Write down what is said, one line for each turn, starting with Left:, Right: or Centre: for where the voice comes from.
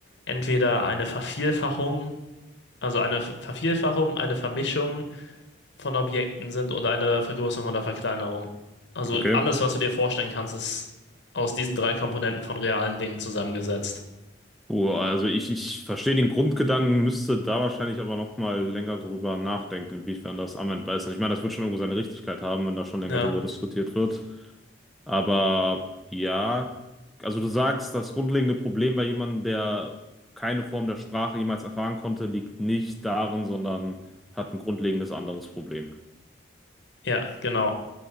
Left: entweder eine Vervielfachung, also eine Ver- Vervielfachung, eine Vermischung von Objekten sind oder eine Vergrößerung oder Verkleinerung. Also
Centre: okay.
Left: alles, was du dir vorstellen kannst, ist aus diesen drei Komponenten von realen Dingen zusammengesetzt.
Centre: Puh, also ich, ich verstehe den Grundgedanken, müsste da wahrscheinlich aber nochmal länger drüber nachdenken, inwiefern das anwendbar ist. Also ich meine, das wird schon irgendwo seine Richtigkeit haben, wenn da schon länger
Left: Ja,
Centre: drüber diskutiert wird. Aber ja, also du sagst, das grundlegende Problem bei jemandem, der keine Form der Sprache jemals erfahren konnte, liegt nicht darin, sondern hat ein grundlegendes anderes Problem.
Left: ja, genau.